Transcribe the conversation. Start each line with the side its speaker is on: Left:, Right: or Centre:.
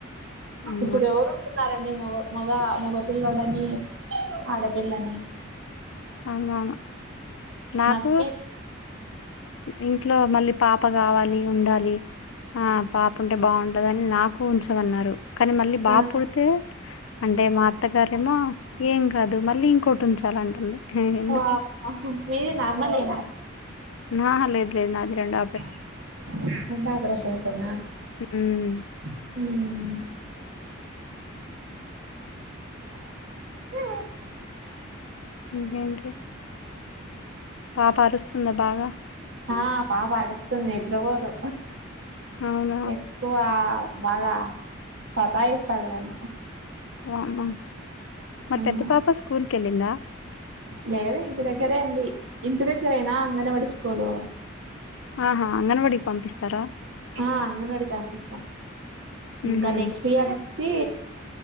Left: ఉమ్
Right: ఇప్పుడు ఎవరు ఉంటున్నారండి మగ మగ మగపిల్ల్లోడని ఆడపిల్లని
Left: అవునవును నాకు
Right: మనకే
Left: ఇంట్లో మళ్ళీ పాప కావాలి ఉండాలి ఆ పాప ఉంటే బాగుంటదనీ నాకు ఉంచమన్నారు కానీ మళ్ళీ బాబ్
Right: ఆ
Left: పుడితే అంటే మా అత్తగారేమో ఏం కాదు మళ్ళీ ఇంకోటి ఉంచాలంటుంది ఎందుకు
Right: వామ్మో మీది నార్మలేనా
Left: ఆ లేదు లేదు నాది రెండో
Right: <unintelligible>
Left: హ్మ్.
Right: హ్మ్ హు హ
Left: ఇంకేంటి పాప అరుస్తుందా బాగా
Right: ఆ పాప ఆడుస్తుంది నిద్రపోదు
Left: అవునా!
Right: ఎక్కువ బాగా సతాయిస్తాది నన్ను
Left: అహ మరి పెద్ద
Right: ఆ
Left: పాప స్కూల్కి వెళ్ళిందా
Right: లేదు ఇంటి దగ్గరే ఉంది ఇంటి దగ్గరేనా అంగన్ వాడి స్కూలు
Left: ఆహా అంగన్వాడీకి పంపిస్తారా
Right: ఆ అంగన్వాడికి కంపిస్తాం
Left: హుహు.
Right: ఇంకా నెక్స్ట్ ఇయర్ తే